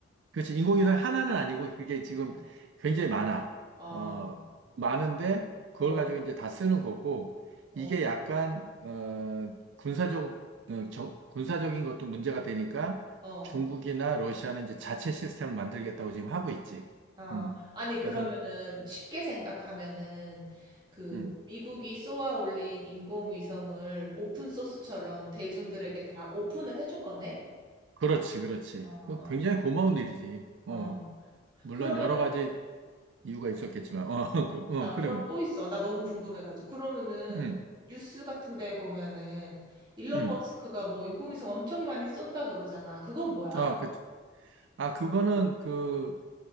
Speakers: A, on the right (about 65°); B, on the right (about 20°).
A: 그렇지. 인공위성 하나는 아니고 그게 지금
B: 어.
A: 굉장히 많아.
B: 아,
A: 어, 많은데 그걸
B: 어,
A: 가지고 이제 다 쓰는 거고
B: 어,
A: 이게 약간 어, 군사적 어, 정- 군사적인 것도 문제가 되니까
B: 어.
A: 중국이나 러시아는 이제 자체 시스템을 만들겠다고 지금 하고 있지.
B: 아,
A: 음.
B: 아니, 그러면은
A: 그래서
B: 쉽게 생각하면은 그
A: 음.
B: 미국이 쏘아 올린 인공위성을 오픈소스처럼 대중들에게 다 오픈을 해준 거네?
A: 그렇지, 그렇지.
B: 어,
A: 그 굉장히 고마운 일이지.
B: 어.
A: 어. 물론
B: 그러면은,
A: 여러 가지 이유가 있었겠지만. 어. <laughs> 그, 어,
B: 나 그럼
A: 그리고
B: 또 있어. 나 너무 궁금해가지고. 그러면은
A: 음.
B: 뉴스 같은 데 보면은 일론
A: 음.
B: 머스크가 뭐 인공위성 엄청 많이 쏜다 그러잖아. 그건 뭐야?
A: 아, 그 아, 그거는 그